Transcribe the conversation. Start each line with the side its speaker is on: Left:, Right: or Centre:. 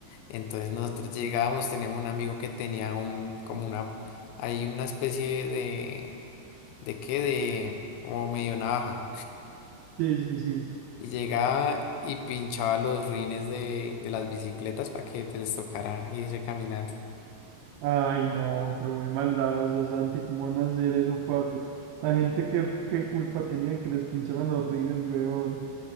Left: Entonces nosotros llegábamos, teníamos un amigo que tenía un, como una, hay una especie de, ¿de qué? De, como medio navaja
Right: Sí, sí, sí.
Left: Y llegaba y pinchaba los rines de, de las bicicletas para que pues, les tocara irse caminando.
Right: Ay, no, pero muy maldadoso, Santi, ¿cómo van a hacer eso, padre? La gente, ¿qué, qué culpa tenía de que les pincharan los rines, weón?